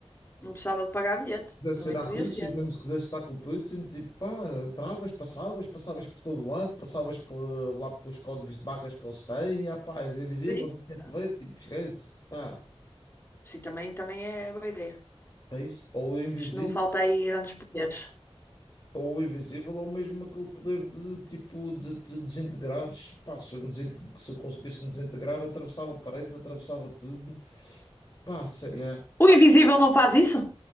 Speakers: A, on the left; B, on the left.
A: Não precisava de pagar bilhete.
B: quiser ser
A: Também
B: à
A: podia
B: Rússia,
A: ser.
B: mesmo se quisesse estar com o Putin, tipo, pá, entravas, passavas, passavas por todo lado, passavas pela- lá pelos códigos de barras que eles têm, ah, pá, és invisível,
A: Sim.
B: ninguém
A: Não.
B: te vê, tipo, esquece, pá,
A: Sim, também, também é boa ideia.
B: é isso. Ou o invisível,
A: Isto não falta aí grandes poderes.
B: ou o invisível, ou mesmo aquele poder de, tipo, de te desintegrares, pá, se eu, me desinte- se eu conseguisse me desintegrar, atravessava paredes, atravessava tudo, pá, sei lá.
A: O invisível não faz isso?